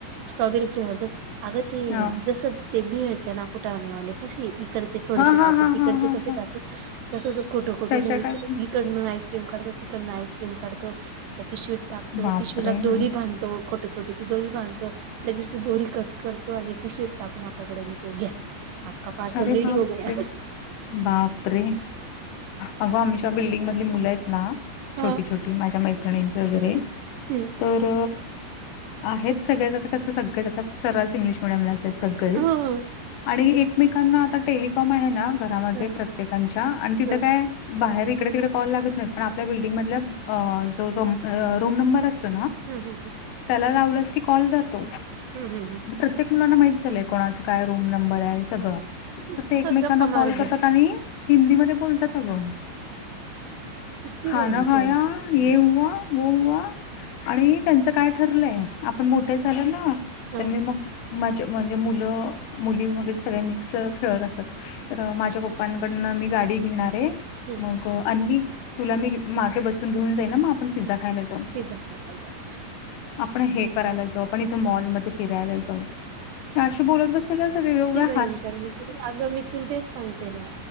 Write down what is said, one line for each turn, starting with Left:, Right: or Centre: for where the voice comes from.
Right: स्ट्रॉबेरी फ्लेवर तर तो अग ते
Left: हा
Right: जसं ते भेळच ना फुटाने वाले कशे इ इडचे थोडेसे
Left: हा हा
Right: टाकू
Left: हा
Right: तिकडचे
Left: हा हा
Right: कसे
Left: हा.
Right: टाकू तस तो खोट खोट
Left: त्याच्या
Right: नाही
Left: टाईप
Right: इकड आईस्क्रीम काढतो तिकडनं आईस्क्रीम काढतो त्या पिशवीत टकतो
Left: बापरे
Right: पिशवीला दोरी बांधतो. खोट खोटीची दोरी बांधतो लगेच ते दोरी कट करतो आणि पिशवी टाकून आपल्याकडे घेतो घ्या. आपका पार्सल
Left: अरे
Right: रेडी
Left: बापरे!
Right: हो गया.
Left: बापरे अगं आमच्या बिल्डिंग मधली मुलं आहेत ना
Right: हा
Left: छोटी छोटी माझ्या मैत्रिणींची वगैरे
Right: हम्म!
Left: तर आहेत सगळेच आता कसं सगळेच आता सर्रास इंग्लिश मिडियमलाचं येत. सगळेच
Right: हो
Left: आणि एकमेकांना आता टेलिकॉम आहे ना घरामध्ये
Right: ह
Left: प्रत्येकांच्या आणि तिथं
Right: ह
Left: काय बाहेर इकड तिकड कॉल लागत नाहीत. पण आपल्या बिल्डिंग मधला अ जो रूम रूम नंबर असतो ना
Right: हूं हूं हूं
Left: त्याला लावलंस की कॉल जातो.
Right: हूं हूं हूं
Left: प्रत्येक मुलांना माहित झालय कोणाचं काय रूम नंबर आहे सगळं तर
Right: हम्म
Left: ते एकमेकांना
Right: बस गप्पा
Left: कॉल
Right: मारत
Left: करतात
Right: बसतात
Left: आणि हिंदी मध्ये बोलतात अगं
Right: किती
Left: खाणा
Right: भयंकर
Left: खाया ये हुवा वो हुवा आणि त्यांचं काय ठरलंय आपण मोठे झालं ना
Right: हा
Left: तर मी मग माझ म्हणजे मुलं मुलीमध्ये सगळे मिक्स खेळत असतात तर माझ्या पप्पांकडनं मी गाडी घेणारे.
Right: हम्म
Left: मग आणि मी तुला
Right: हम्म.
Left: मी मागे बसून घेऊन जाईनं हं म आपण पिझ्झा खायला जाऊ.
Right: पिझ्झा खायला जाऊ.
Left: आपण हे करायला जाऊ आपण इथे मॉलमध्ये फिरायला जाऊ अशी बोलत बसले का सगळे एवढा
Right: अग मी तु तेेच सांगते ना